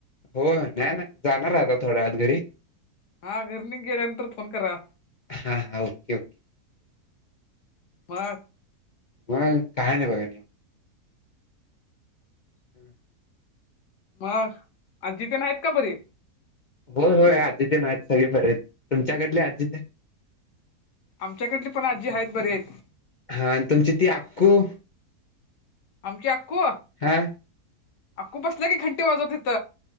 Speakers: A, on the left; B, on the left.
A: ओ नाही ना जाणार हाय थोड्या वेळात घरी.
B: हा घर तेन गेल्यानंतर फोन करा.
A: हा हा ओके ओके.
B: मग‌?
A: म काय नाही बघा हम्म
B: मग आज्जीतन आहेत का बरी?
A: हो होय आज्जीतन आहेत सगळी बरे तुमच्याकडले आज्य
B: आमच्याकडली पण आजी आहेत बरी आहेत.
A: हा आणि तुमची ती अक्कू?
B: आमची अक्कू
A: हा
B: अक्कू बसल्या की घंटी वाजवत हीत